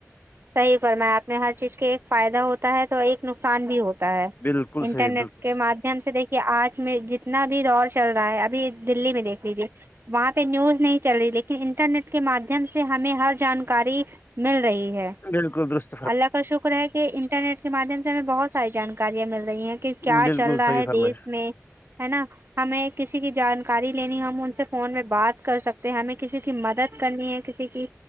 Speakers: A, on the right (about 50°); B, on the left (about 40°).
A: صحیح فرما آپ نے ہر چیز کے فائدہ ہوتا ہے تو ایک نقصان بھی ہوتا ہے
B: بالکل
A: انٹرنیٹ
B: صحیح بالکل
A: کے ماد ہم سے دیکھیے آج میں جتنا بھی دور چل رہا ہے ابھی دللی میں دیکھ لیجیے وہاں پہ نیوز نہیں چل رہی لیکن انٹرنیٹ کے مادھیم سے ہمیں ہر جانکاری مل رہی ہے
B: بالکل دست
A: اللہ کا شکر ہے کہ انٹرنیٹ کے مادھیم سے ہمیں بہت ساری جانکاریاں مل رہی ہیں کہ
B: بالکل
A: کیا چل رہا
B: صحیح
A: ہے
B: فرمایا
A: دیس میں ہے نا ہمیں کسی کی جانکاری لینی ہم ان سے فون میں بات کر سکتے ہیں ہمیں کسی کی مدد کرنی ہے کسی کی